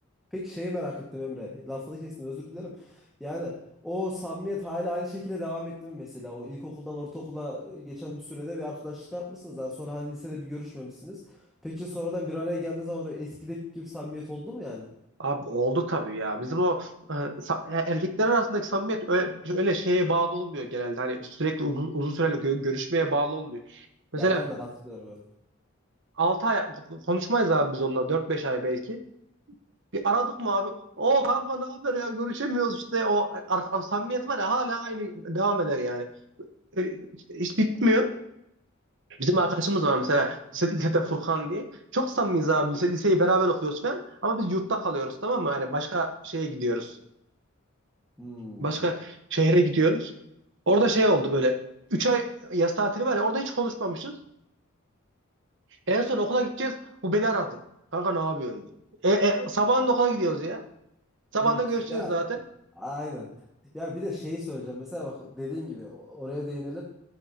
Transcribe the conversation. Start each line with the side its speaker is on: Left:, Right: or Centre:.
Centre: peki şeyi merak ettim Emre. Lafını kestim özür dilerim. Yani o samimiyet hala aynı şekilde devam etti mi mesela? O ilkokuldan ortaokula e, geçen bir sürede bir arkadaşlık yapmışsınız. Daha sonra hani lisede bir görüşmemişsiniz. Peki sonradan bir araya geldiğiniz zaman o eskideki gibi samimiyet oldu mu yani?
Right: abi oldu tabii ya. Bizim o e, sa- e, erkekler arasındaki samimiyet öyle, öyle şeye bağlı olmuyor genelde. Hani sürekli uzun, uzun süreli gö- görüşmeye bağlı olmuyor. Mesela
Centre: Ya ben de katılıyorum evet.
Right: 6 ay konuşmayız abi biz onunla dört beş ay belki. Bir aradık mı abi? O kanka ne haber ya görüşemiyoruz işte o ar- ar- samimiyet var ya hala aynı devam eder yani. E, hiç bitmiyor. Bizim arkadaşımız var mesela lise, lisede Furkan diye. Çok samimiyiz abi lise, liseyi beraber okuyoruz falan. Ama biz yurtta kalıyoruz tamam mı? Yani başka şeye gidiyoruz.
Centre: Hmm.
Right: Başka şehre gidiyoruz. Orada şey oldu böyle. üç ay yaz tatili var ya orada hiç konuşmamışız. En son okula gideceğiz. Bu beni aradı. Kanka ne yapıyorsun diye. E, e, sabahında okula gidiyoruz ya. Sabahında
Centre: Hmm.
Right: görüşeceğiz
Centre: Ya
Right: zaten.
Centre: Aynen. Ya bir de şeyi söyleyeceğim. Mesela bak dediğin gibi o- oraya değinelim.